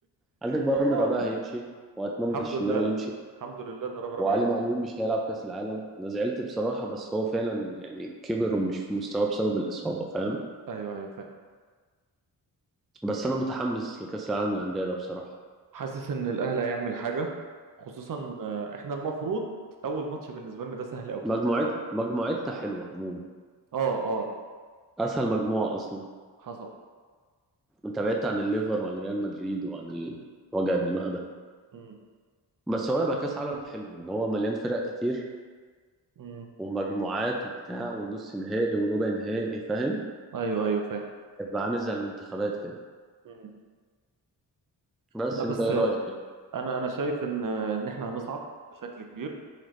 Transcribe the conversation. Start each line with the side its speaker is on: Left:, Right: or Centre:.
Centre: عندك بقى
Right: والله
Centre: رامي ربيعه هيمشي واتمنى
Right: الحمد
Centre: الشناوي
Right: لله
Centre: يمشي
Right: الحمد لله ان رامي
Centre: وعلي
Right: ربيعه هيمشي
Centre: معلول مش هيلعب كاس العالم انا زعلت بصراحه بس هو فعلا يعني كبر ومش في مستواه بسبب الاصابه فاهم
Right: ايوه ايوه فاهم
Centre: بس انا متحمس لكاس العالم للانديه ده بصراحه
Right: حاسس ان الاهلي هيعمل حاجه خصوصا آه، احنا المفروض اول ماتش بالنسبه لنا ده سهل قوي
Centre: مجموعتنا مجموعتنا حلوة عموما
Right: اه اه
Centre: أسهل مجموعة أصلا
Right: حصل
Centre: أنت بعدت عن الليفر وعن ريال مدريد وعن ال- وجع الدماغ ده
Right: امم
Centre: بس هو يبقى كأس عالم حلو إن هو مليان فرق كتير
Right: امم
Centre: ومجموعات وبتاع ونص نهائي وربع نهائي فاهم
Right: ايوه ايوه فاهم
Centre: يبقى عامل زي المنتخبات كده
Right: امم
Centre: بس
Right: لا
Centre: أنت
Right: بس
Centre: إيه
Right: آه،
Centre: رأيك كده
Right: انا انا شايف ان آه، ان احنا هنصعد بشكل كبير